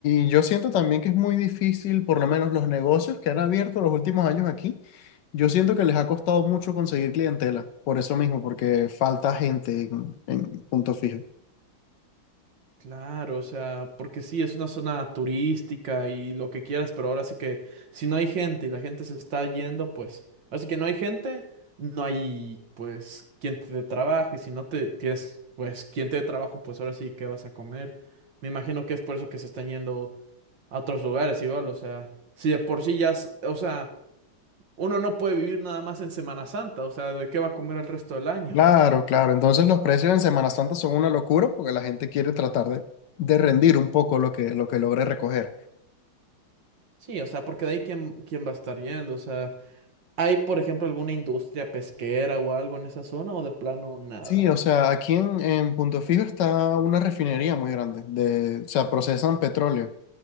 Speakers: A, on the left (about 70°); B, on the right (about 60°).
A: y yo siento también que es muy difícil, por lo menos los negocios que han abierto los últimos años aquí, yo siento que les ha costado mucho conseguir clientela, por eso mismo, porque falta gente en, en punto fijo.
B: Claro, o sea, porque sí, es una zona turística y lo que quieras, pero ahora sí que si no hay gente y la gente se está yendo, pues, así que no hay gente, no hay, pues, quien te dé trabajo y si no te tienes, pues, quien te dé trabajo, pues ahora sí, ¿qué vas a comer? Me imagino que es por eso que se están yendo a otros lugares igual, o sea, si de por sí ya, s- o sea, uno no puede vivir nada más en Semana Santa, o sea, ¿de qué va a comer el resto del año?
A: Claro, claro, entonces los precios en Semana Santa son una locura porque la gente quiere tratar de, de rendir un poco lo que, lo que logre recoger.
B: Sí, o sea, porque de ahí quién, quién va a estar yendo, o sea. ¿Hay, por ejemplo, alguna industria pesquera o algo en esa zona o de plano nada?
A: Sí, o sea, aquí en, en Punto Fijo está una refinería muy grande, de, o sea, procesan petróleo.